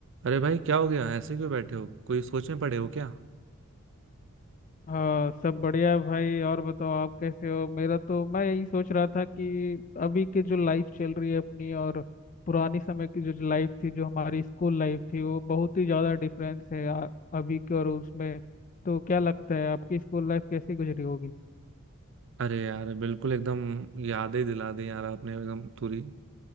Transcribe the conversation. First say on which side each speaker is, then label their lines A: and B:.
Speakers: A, on the right; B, on the left.
A: अरे भाई क्या हो गया ऐसे क्यों बैठे हो कोई सोच में पड़े हो क्या
B: हाँ सब बढ़िया है भाई और बताओ आप कैसे हो मेरा तो मैं यही सोच रहा था कि अभी की जो लाइफ चल रही है अपनी और पुरानी समय की जो लाइफ थी जो हमारी स्कूल लाइफ थी वो बहुत ही ज़्यादा डिफरेंस है आ, अभी के और उसमें तो क्या लगता है आपकी स्कूल लाइफ कैसी गुजरी होगी
A: अरे यार बिल्कुल एकदम यादें दिला दी यार आपने एकदम पूरी